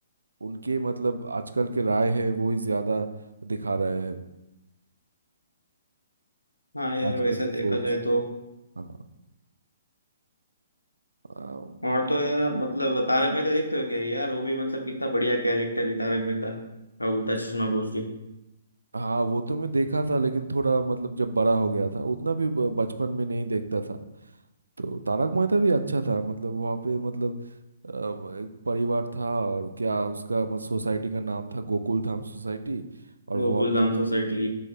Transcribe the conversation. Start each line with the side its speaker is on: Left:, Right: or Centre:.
Right: उनके मतलब आजकल के राय है वो ही ज्यादा दिखा रहे हैं
Left: हाँ यार
Right: आजकल
Left: वैसा
Right: की
Left: देखा
Right: सोच
Left: जाए तो
Right: हाँ अम,
Left: और तो यार आप मतलब तारक मेहता देखते हो क्या यार वो भी मतलब कितना बढ़िया कैरेक्टर है तारक मेहता का उल्टा चश्मा बोल के
Right: हाँ वो तो मैं देखा था लेकिन थोड़ा मतलब जब बड़ा हो गया था उतना भी ब- बचपन में नहीं देखता था तो तारक मेहता भी अच्छा था मतलब वहाँ पे मतलब अ, एक परिवार था और क्या उसका मतलब सोसाइटी का नाम था गोकुल धाम सोसाइटी और वहाँ
Left: गोकुल
Right: पे
Left: धाम सोसाइटी